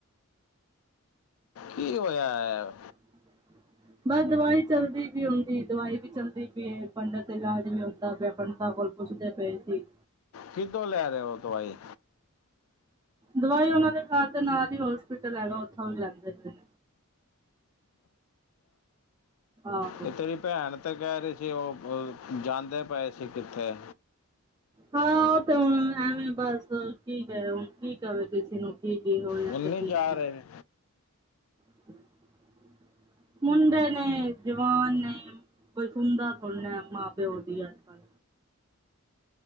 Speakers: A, on the left; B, on the right.
A: ਕੀ ਹੋਏਆ ਐ?
B: ਹਮ ਬਸ ਦਵਾਈ ਚੱਲਦੀ ਪਈ ਉਂਦੀ, ਦਵਾਈ ਵੀ ਚਲਦੀ ਪਈ ਏ, ਪੰਡਿਤ ਦਾ ਇਲਾਜ ਵੀ ਹੁੰਦਾ ਪਯਾ, ਪੰਡਿਤਾਂ ਕੋਲ ਪੁੱਛਦੇ ਪਏ ਸੀ।
A: ਕਿੱਦੋ ਲੈ ਰੇ ਓ ਦਵਾਈ?
B: ਦਵਾਈ ਓਨਾਂ ਦੇ ਘਰ ਦੇ ਨਾਲ ਈ ਹੋਸਪਿਟਲ ਹੈਗਾ ਓਥੋਂ ਵੀ ਲੈਂਦੇ ਨੇ। ਆਹੋ
A: ਤੇ ਤੇਰੀ ਭੈਣ ਤੇ ਕੈ ਰੀ ਸੀ ਓ ਜਾਂਦੇ ਪਏ ਸੀ ਕਿੱਥੇ।
B: ਹਾਂ ਓ ਤੇ ਹੁਨ ਐਵੇਂ ਬਸ ਠੀਕ ਐ ਹੁਨ ਕੀ ਕਵੇ ਕਿਸੀ ਨੂੰ। ਕੀ ਕੀ ਹੋਏਆ
A: ਉਹ ਨਹੀਂ
B: ਤੇ ਕੀ
A: ਜਾ
B: ਨੀ ਹੋਏਆ।
A: ਰਹੇ
B: <inaudible> ਮੁੰਡੇ ਨੇ, ਜਵਾਨ ਨੇ ਕੋਈ ਸੁੁਨਦਾ ਥੋੜੀ ਨਾ ਐ ਮਾਂ ਪਿਓ ਦੀ ਅੱਜ। ਕੱਲ